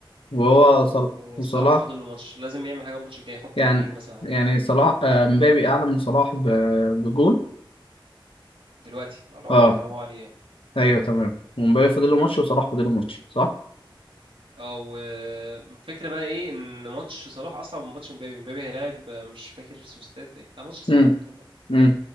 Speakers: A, on the left; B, on the right.
A: وهو
B: والصراحه
A: صل... وصلاح
B: فاضل له ماتش لازم يعمل حاجه الماتش الجاي يحط
A: يعني
B: جونين مثلا على
A: يعني
B: الأقل.
A: صلاح آه، مبابي اعلى من صلاح ب... بجون
B: دلوقتي على وضع
A: اه
B: كما هو عليه يعني
A: ايوه تمام ومبابي فاضل له ماتش وصلاح فاضل له ماتش صح
B: او آه، الفكره بقى ايه ان ماتش صلاح اصعب من ماتش امبابي امبابي هيلاعب آه، مش فاكر سوستات بقى. لا ماتش صعب
A: امم
B: برضه والله
A: امم